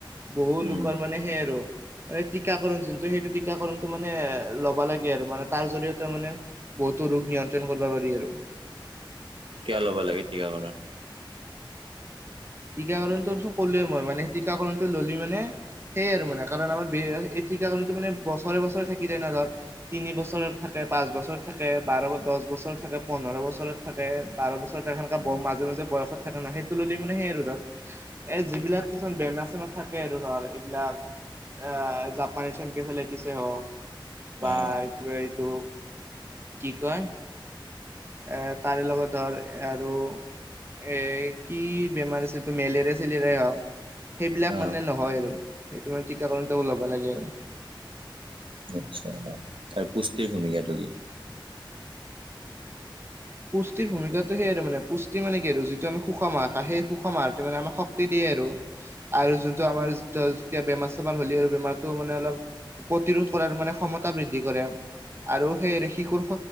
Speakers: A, on the right (about 30°); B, on the right (about 80°).
A: বহু
B: উম,
A: লোক সে আৰু। মানে টীকাকৰণ যোনটো সেইটো টীকাকৰণটো মানে ল'ব লাগে আৰু। মানে তাৰ জৰিয়তে মানে বহুত ৰোগ নিয়ন্ত্ৰণ কৰব পাৰি আৰু।
B: কিয়া ল'ব লাগে টীকাকৰণ?
A: টীকাকৰণটোচোন ক'লোৱে মই। মানে টীকাকৰণটো ললি মানে সেয়াই আৰু মানে কাৰণ আমাৰ <unintelligible> টীকাকৰণটো মানে বছৰে বছৰে থাকি যায় ন। ধৰ তিনি বছৰত থাকে, পাঁচ বছৰ থাকে, বাৰ, দহ বছৰত থাকে, পোন্ধৰ বছৰত থাকে, বাৰ বছৰ <unintelligible> কা
B: উম,
A: মাজে মাজে বয়সত থাকে না। সেইটো ললি মানে সেই আৰু ধৰ এই যিবিলাক কিছুমান বেমাৰ থাকে আৰু ধৰ এইবিলাক এ জাপানী এনকেফেলাইটিছে হওক বাৰটো
B: অ',
A: এইটো কি কিয়? এ তাৰে লগত ধৰ আৰু এ কি বেমাৰ আছে এইটো মেলেৰিয়া চেলেৰিয়া হা সেইবিলাক
B: অ',
A: মানে নহয় আৰু সেইটো মানে টীকাকৰণটো ল'ব লাগে আৰু
B: আচছা আৰু পুষ্টি ভূমিকাটো কি?
A: পুষ্টিৰ ভূমিকাটো সেয়াই মানে পুষ্টি মান কি আৰু যিটো আমি সুষম আহাৰ সেই সুষম আহাৰ টো মানে আমাক শক্তি দিয়ে আৰু যোনটো আমাৰ জ জকীয়া বেমাৰ চাৰ হলে আৰু বেমাৰটো মানে অলপ প্ৰতিৰোধ কৰাৰ মানে ক্ষমতা বৃদ্ধি কৰে। আৰু সেই আৰু শিশুৰ খ